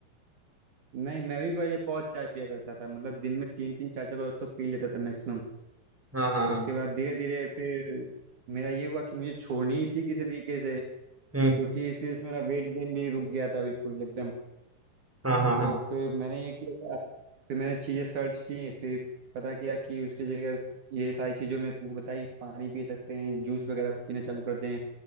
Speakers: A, on the right; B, in the centre.
A: नहीं मैं भी पहले बहुत चाय पिया करता था मतलब दिन में तीन तीन चार चार बार तो पी लेता था मैक्सिमम
B: हाँ हाँ हाँ
A: उसके बाद धीरे धीरे फिर मेरा ये हुआ कि मुझे छोड़नी ही थी किसी तरीके से
B: हम्म
A: क्योंकि इस वजह से मेरा वेट गेन भी रुक गया था बिल्कुल एकदम
B: हाँ हाँ हाँ
A: तो फिर मैंने ये किया फिर मैंने चीज़ें सर्च की फिर पता किया कि उसकी जगह ये सारी चीज़ों में तुमको बताई पानी पी सकते हैं जूस वगैरह पीना चालू कर दें